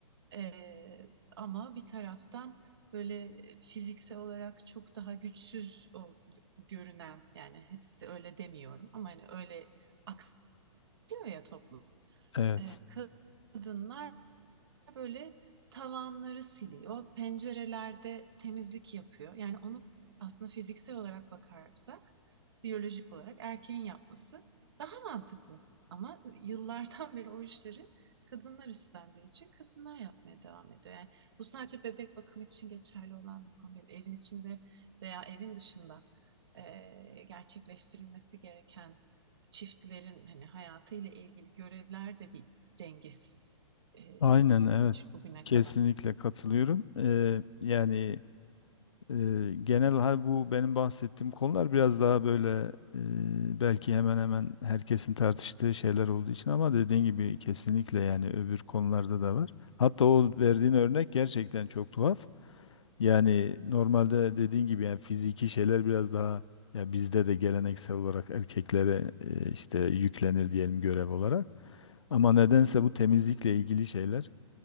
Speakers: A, on the right (about 50°); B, on the left (about 65°).
A: E, ama bir taraftan böyle fiziksel olarak çok daha güçsüz ol- görünen yani hepsi öyle demiyorum ama hani öyle aksıyor ya toplum.
B: Evet,
A: E, kadınlar böyle tavanları siliyor, pencerelerde temizlik yapıyor. Yani onu aslında fiziksel olarak bakarsak, biyolojik olarak erkeğin yapması daha mantıklı. Ama yıllardan <laughs> beri o işleri kadınlar üstlendiği için kadınlar yapmaya devam ediyor. Yani bu sadece bebek bakımı için geçerli olan bir konu değil. Evin içinde veya evin dışında eee, gerçekleştirilmesi gereken çiftlerin hani hayatıyla ilgili görevler de bir dengesiz e,
B: aynen evet.
A: bugüne
B: Kesinlikle
A: kadar.
B: katılıyorum. E, yani E, genel hal bu benim bahsettiğim konular biraz daha böyle e, belki hemen hemen herkesin tartıştığı şeyler olduğu için ama dediğin gibi kesinlikle yani öbür konularda da var. Hatta o verdiğin örnek gerçekten çok tuhaf. Yani normalde dediğin gibi yani fiziki şeyler biraz daha ya bizde de geleneksel olarak erkeklere e, işte yüklenir diyelim görev olarak. Ama nedense bu temizlikle ilgili şeyler